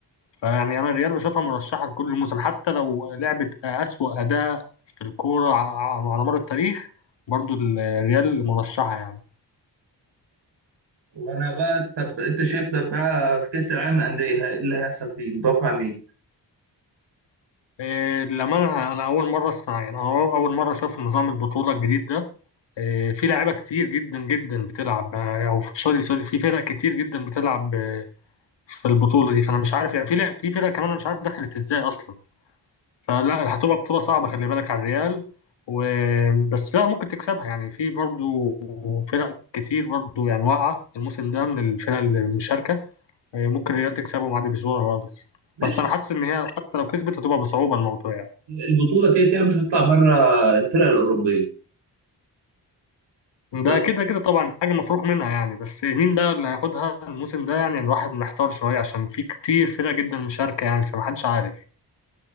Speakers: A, on the left; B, on the right.
A: فيعني أنا الريال بشوفها مرشحة لكل الموسم حتى لو لعبت أسوأ أداء في الكورة ع- على مر التاريخ برضو الريال مرشحة يعني
B: وانا بقى طب انت شايف ده بقى في كاس العالم للانديه ه- اللي هيحصل فيه متوقع مين؟
A: إيه، للأمانة أنا أنا أول مرة أسمع يعني أنا أول مرة أشوف نظام البطولة الجديد ده إيه، في لعيبة كتير جدا جدا بتلعب آه، أو في- سوري سوري في فرق كتير جدا بتلعب آه، في البطولة دي فأنا مش عارف يعني في لع- في فرق كمان أنا مش عارف دخلت إزاي أصلا فلا هتبقى بطولة صعبة خلي بالك على الريال و... بس لا ممكن تكسبها يعني في برضو فرق كتير برضو يعني واقعة الموسم ده من الفرق المشاركة إيه، ممكن الريال تكسبهم عادي بسهولة خالص
B: ماشي
A: بس أنا حاسس إن هي حتى لو كسبت هتبقى بصعوبة الموضوع يعني.
B: البطوله كده كده مش هتطلع بره الفرق الاوروبيه
A: ده
B: ده
A: كده كده طبعا حاجة مفروغ منها يعني بس مين بقى اللي هياخدها الموسم ده يعني الواحد محتار شوية عشان في كتير فرق جدا مشاركة يعني فمحدش عارف